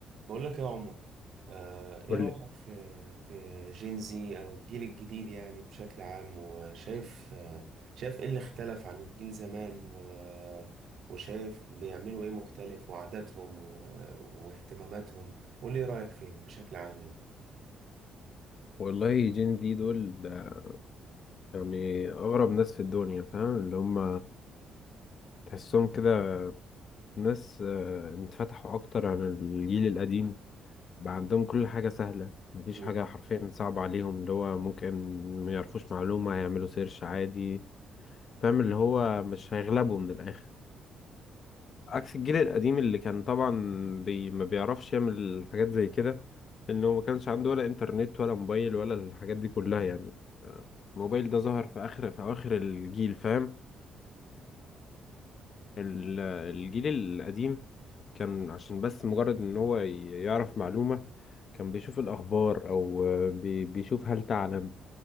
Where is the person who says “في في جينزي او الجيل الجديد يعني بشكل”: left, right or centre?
Right